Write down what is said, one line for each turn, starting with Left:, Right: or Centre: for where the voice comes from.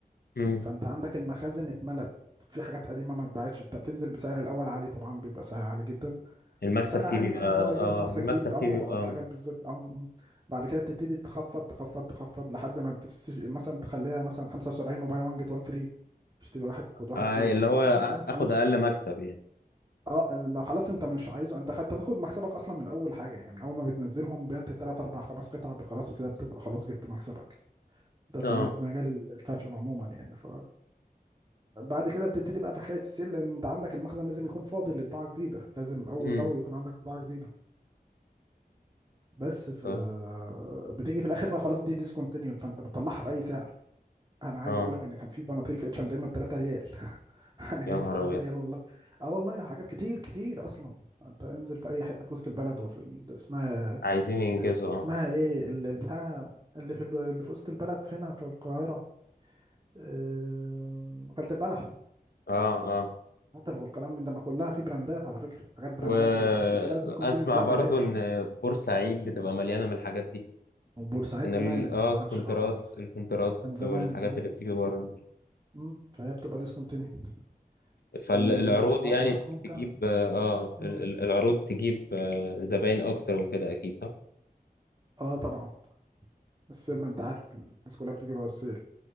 Left: مم.
Right: فانت عندك المخازن اتملت في حاجات قديمه ما اتباعتش انت بتنزل بسعر الاول عالي طبعا بيبقى سعر عالي جدا
Left: المكسب
Right: بسعر
Left: فيه
Right: عالي
Left: بيبقى
Right: يعني
Left: اه
Right: اللي هو يجيب لك مكسب
Left: المكسب
Right: كبير اه
Left: فيه بيبقى آه
Right: الحاجات بالذات اه م- م. بعد كده بتبتدي تخفض تخفض تخفض لحد ما تس- مثلا تخليها مثلا 75 وباي 1 جيت 1 فري اشتري واحد وخد واحد
Left: آه،
Right: فري
Left: اللي هو
Right: بعدين
Left: آ-
Right: خلاص
Left: اخد اقل مكسب يعني
Right: اه ما خلاص انت مش عايزه انت خدت تاخد مكسبك اصلا من اول حاجه يعني من اول ما بتنزلهم بعت 3 4 5 قطع خلاص كده بتبقى خلاص جبت مكسبك ده في
Left: اه
Right: الن- مجال ال- الفاشن عموما يعني ف بعد كده بتبتدي بقى في حكايه السيل لان انت عندك المخزن لازم يكون فاضي لبضاعه جديده لازم اول
Left: امم
Right: باول يكون عندك بضاعه جديده بس ف
Left: طيب
Right: بتيجي في الاخر بقى خلاص دي ديسكونتينيود فانت بتطلعها باي سعر انا عايز
Left: اه
Right: اقول لك ان كان في بناطيل في اتش اند ام ب 3 ريال <laughs> انا
Left: يا
Right: جايبه
Left: نهار
Right: ب 3
Left: ابيض
Right: ريال والله اه والله حاجات كتير كتير اصلا انت انزل في اي حته في وسط البلد وفي ال... اسمها
Left: عايزين ينجزوا
Right: آه، اسمها
Left: اه
Right: ايه ال- البتاع اللي في ال... اللي في وسط البلد فينا في القاهره آم، وكالة البلح
Left: اه اه
Right: حتى والكلام من ده ما كلها في براندات على فكره حاجات براندات
Left: واسمع
Right: وبس كلها ديسكونتينيو بتلاقي
Left: برضو
Right: ببلاش
Left: ان بورسعيد بتبقى مليانه من الحاجات دي
Right: وبورسعيد
Left: ان
Right: زمان
Left: ال-
Right: بس
Left: اه
Right: ما
Left: الكونترات
Right: عادش بقى خلاص
Left: الكونترات
Right: كان زمان
Left: والحاجات اللي بتيجي بره
Right: مم. فهي بتبقى ديسكونتينيود
Left: فالعروض
Right: الحوار
Left: يعني
Right: معاك ممتع
Left: تجيب اه آه،
Right: مم.
Left: ال- ال- العروض تجيب آه زباين اكتر وكده اكيد صح؟
Right: اه طبعا السيل ما انت عارف الناس كلها بتجري ورا السيل